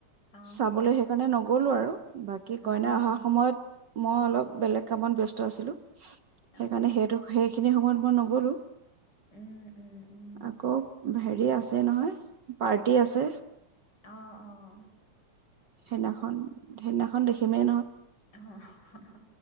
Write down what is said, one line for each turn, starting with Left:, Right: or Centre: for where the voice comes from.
Left: অঁ
Right: চাবলৈ সেইকাৰণে ন গ'লো আৰু বাকী
Left: উম
Right: কইনা অহা সময়ত মই অলপ বেলেগ কামত ব্যস্ত আছিলো সেইকাৰণে
Left: অঁ
Right: সেইটো সেইখিনি সময়ত মই নগলো
Left: উম উম উম
Right: আকৌ ভাই ৰি আছে নহয় পাৰ্টি আছে
Left: অঁ অঁ
Right: সেইদিনাখন সেইদিনাখন দেখিমেই
Left: অহ হহহ